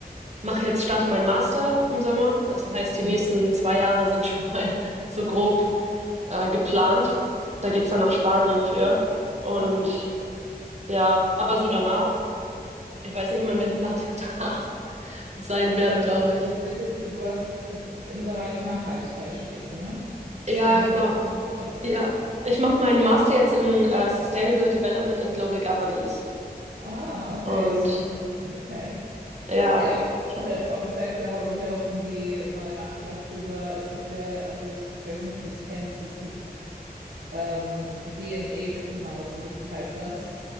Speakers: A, on the right; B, on the right.
A: mache jetzt, starte meinen Master im Sommer. Das heißt, die nächsten
B: Mhm.
A: zwei Jahre <laughs> sind schon mal <laughs> so grob äh, geplant. Da geht's dann nach Spanien für. Und
B: Ach, cool.
A: ja, aber so danach. Ich weiß nicht mehr, in welchem Land ich danach <laughs> sein
B: Aber
A: werde,
B: du hast
A: glaube
B: jetzt,
A: ich.
B: bist jetzt, du hast jetzt im Bereich Nachhaltigkeit studierst, ne? Sustainable,
A: Ja, genau.
B: irgendwas.
A: Ja, ich mache meinen Master jetzt in äh, Sustainable Development and Global Governance.
B: Ah, okay,
A: Und
B: Sustainable, okay.
A: ja,
B: Ja,
A: ja,
B: der Fun Fact, da habe ich ja auch irgendwie mal nachgedacht drüber. Es gibt ja, also es, ich weiß nicht, ob du das kennst, das ähm, GNE Witzenhausen gibt, heißt das.